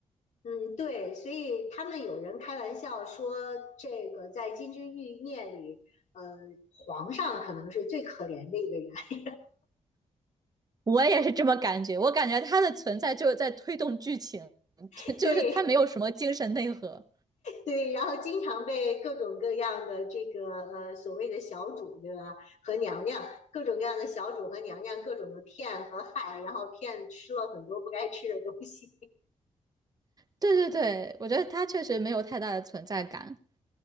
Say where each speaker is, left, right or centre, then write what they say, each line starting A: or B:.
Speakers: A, on the left; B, on the right.
A: 嗯，对，所以他们有人开玩笑说，这个在《金枝玉孽》里，呃，皇上可能是最可怜的一个人，
B: 我也是这么感觉，我感觉他的存在就是在推动剧情，
A: <laughs>
B: <laughs> 就是他没有什么精神内核。
A: 对对，然后经常被各种各样的这个呃所谓的小主，对吧？和娘娘各种各样的小主和娘娘各种的骗和害，然后骗吃了很多不该吃的东西。
B: 对对对，我觉得他确实没有太大的存在感。